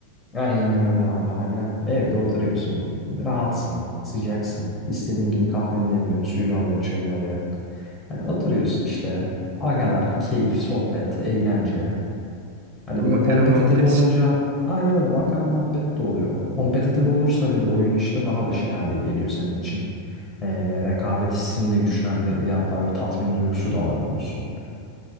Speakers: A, on the left (about 20°); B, on the right (about 55°).
A: Aynen öyle abi. Hani evde oturuyorsun. Rahatsın, sıcaksın. istediğin gibi kahveni demliyorsun, suyunu alıyorsun, çayını alıyorsun. Hani oturuyorsun işte. Agalar, keyif, sohbet, eğlence. Hani
B: Ya makara
A: bir de kompetitif
B: muhabbet
A: olunca
B: için.
A: aynen öyle makara muhabbet de oluyor. Kompetitif olursa bir de oyun işte daha da şey hale geliyor senin için. Ee, rekabet hissini de güçlendirdiği hatta böyle tatmin duygusu da alabiliyorsun.